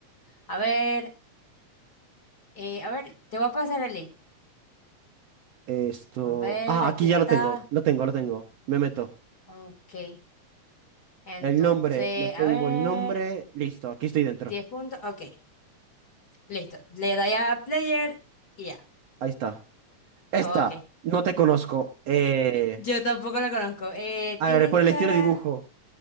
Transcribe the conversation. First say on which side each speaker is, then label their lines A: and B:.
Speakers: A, on the left (about 30°); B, on the right (about 65°).
A: A ver, eh, a ver, te voy a pasar el link.
B: Esto,
A: A ver,
B: ah,
A: aquí
B: aquí ya
A: está.
B: lo tengo, lo tengo, lo tengo. Me meto.
A: Ok. Entonces,
B: El nombre, me pongo
A: a ver,
B: el nombre, listo, aquí estoy dentro.
A: 10 puntos. Ok, listo. Le doy a player y ya.
B: Ahí está. Esta,
A: Ok.
B: no te conozco. Eh,
A: Yo tampoco la conozco. Eh,
B: a
A: tiene
B: ver, por el
A: cara.
B: estilo de dibujo.